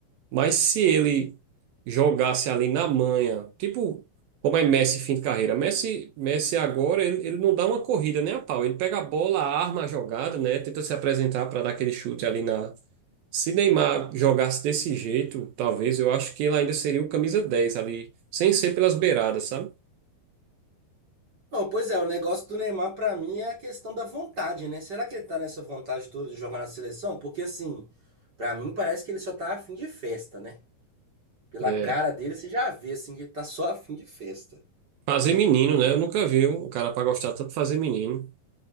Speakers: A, on the right (about 75°); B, on the right (about 30°).
A: Mas se ele jogasse ali na manha, tipo como é Messi fim de carreira, Messi, Messi agora ele, ele não dá uma corrida nem a pau, ele pega a bola, arma a jogada, né? Tenta se apresentar para dar aquele chute ali na. Se Neymar jogasse desse jeito, talvez eu acho que ele ainda seria o camisa 10 ali, sem ser pelas beiradas, sabe?
B: Não, pois é, o negócio do Neymar pra mim é a questão da vontade, né? Será que ele tá nessa vontade toda de jogar na seleção? Porque assim, pra mim parece que ele só tá afim de festa, né? Pela
A: É.
B: cara dele, você já vê assim que ele tá só a fim de festa.
A: Fazer menino,
B: Mas
A: né?
B: não.
A: Eu nunca vi um cara para gostar tanto de fazer menino.